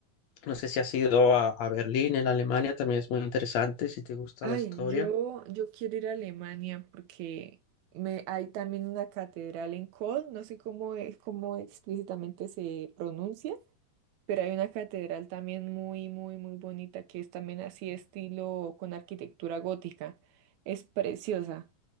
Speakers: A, on the left; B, on the right.
A: No sé si has ido a, a Berlín, en Alemania, también es muy interesante si te gusta
B: Ay,
A: la historia.
B: yo, yo quiero ir a Alemania porque me, hay también una catedral en Köln, no sé cómo es, cómo explícitamente se pronuncia, Pero hay una catedral también muy, muy, muy bonita que es también así estilo con arquitectura gótica. Es preciosa.